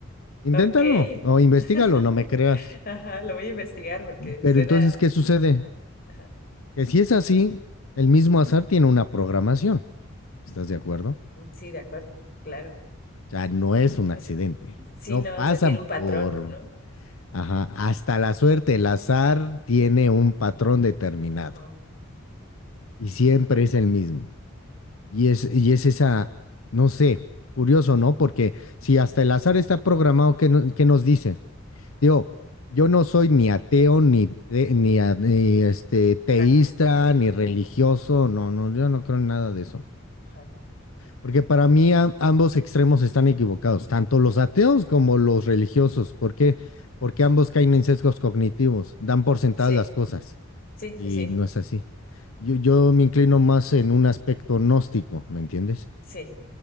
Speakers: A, on the left; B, on the left.
A: Inténtalo
B: Ok.
A: o investigalo,
B: <laughs>
A: no me creas.
B: Ajá, lo voy a investigar porque
A: Pero
B: suena...
A: entonces, ¿qué sucede?
B: Ajá. ajá.
A: Que si es así, el mismo azar tiene una programación. ¿Estás de acuerdo? O
B: Sí, de acuerdo, claro.
A: sea, no es un
B: O
A: accidente.
B: sea, sí,
A: No
B: no,
A: pasan
B: o sea, tiene un patrón,
A: por...
B: ¿no?
A: Ajá, hasta la suerte, el azar tiene un patrón determinado
B: Ujú,
A: y siempre es el mismo. Y es, y es esa, no sé, curioso, ¿no? Porque si hasta el azar está programado, ¿qué, no- qué nos dice? Digo, yo no soy ni ateo, ni, te- ni, a- ni, este, teísta,
B: Agnos, sí, Ajá,
A: ni religioso, no, no, yo no creo en nada de eso.
B: ajá.
A: Porque para mí am- ambos extremos están equivocados, tanto los ateos como los religiosos. ¿Por qué? Porque ambos caen en sesgos cognitivos, dan por sentadas
B: Sí,
A: las cosas
B: sí, sí,
A: y
B: sí,
A: no es así. Yo, yo me inclino más en un aspecto gnóstico, ¿me entiendes?
B: sí.